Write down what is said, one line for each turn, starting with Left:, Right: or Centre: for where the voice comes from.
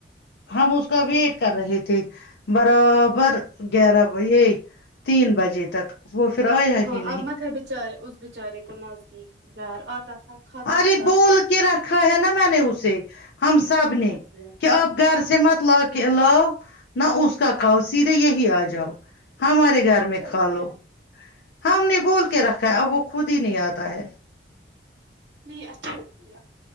Right: اچھا
Left: ہم اس
Right: ٹھیک
Left: کا ویٹ کر رہے تھے برابر گیارہ یہ تین بجے تک وہ پھر ایا
Right: ہاں
Left: ہی نہیں
Right: اب مت ہے بیچارے اس بچارے کو نزدیک گھر آتا تھا کھاتا
Left: ارے
Right: تھا
Left: بول کے رکھا ہے نا میں نے اسے ہم سب
Right: اچھا
Left: نے
Right: کیا
Left: کہ اب گھر سے مت لا کے لاؤ نہ اس کا کاؤ سیدھے یہی آ جاؤ ہمارے گھر
Right: اچھا
Left: میں کھا
Right: کیا
Left: لو ہم نے بول
Right: اچھا
Left: کے رکھا
Right: کیا
Left: ہے اب وہ خود ہی نہیں آتا ہے
Right: نہیں اچھا کیا